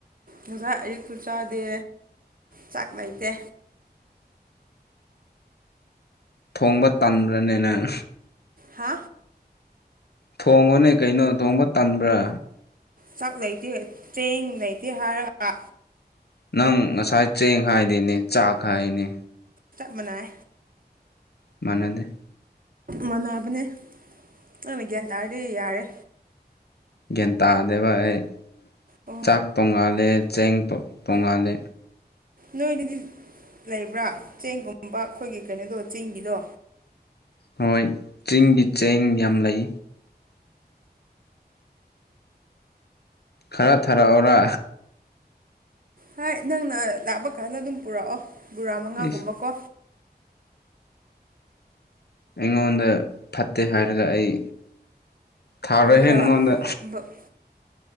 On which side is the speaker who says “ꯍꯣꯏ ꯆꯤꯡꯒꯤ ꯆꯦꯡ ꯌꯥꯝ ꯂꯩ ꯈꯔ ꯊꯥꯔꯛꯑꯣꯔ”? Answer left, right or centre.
Left